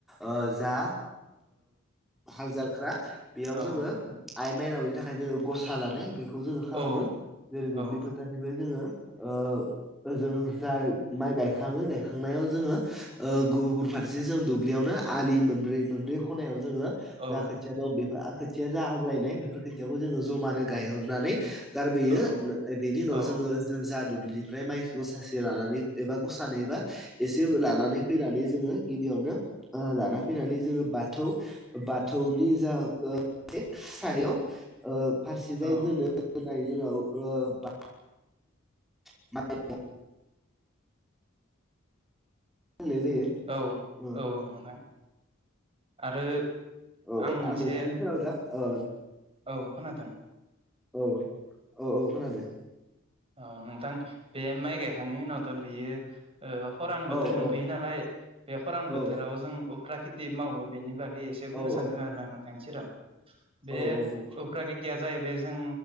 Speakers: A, in the centre; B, on the right (about 30°).
A: ओ जा हाल जालख्रा। बेयाव
B: औ
A: जोङो आइ माइनावनि थाखाय जोङो गसा लानाय बे। खौ जोङो खालामो
B: औ
A: जेरै दुब्लि
B: औ
A: फोथारनिफ्राय जोङो ओ। ओजों जाय माइ गायखांओ गायखांनायाव जोङो। ओ गुबुन फारसे जों दुब्लियावनो आलि मोनब्रै मोनब्रै खनायाव जोङो।
B: औ
A: जा खोथिया दं बेफोर खोथिया जा आग्लायनाय बेफोर खोथियाखौ जोङो जमानो गायहरनानै। गारबोयो
B: औ
A: बेनि
B: औ
A: उनाव जोङो। जों जा दुब्लिनिफ्राय मायखौ गासासे लानानै एबा गसानैबा। एसे लानानै फैनानै जोङो गिबियावनो ओ लाना फैनानै जोङो बाथौ। बाथौनि जा ओ सायाव ओ फारसेजाय
B: औ
A: दोनो। दोनायनि उनाव ओ बा। <unintelligible> फाननाय जायो।
B: औ
A: ओ
B: औ नोंथां। आरो
A: औ
B: आं मोनसे
A: नोंथांनि सेराव दा औ
B: औ खोनादों।
A: औ औ औ खोनादों‌
B: औ नोंथां बे माइ गायखांनायनि उनावथ' बेयो। ओ खरान बोथोर
A: औ
B: मोनफैयो
A: औ
B: नालाय बे खरान बोथोराव
A: औ
B: जों उफ्रा खेति मावो बेनि बागै। एसे बुंनो
A: औ
B: सानदों आरो आं नोंथांनि सेराव बे
A: औ औ बुं
B: उफ्रा खेतिया जाहैबाय जों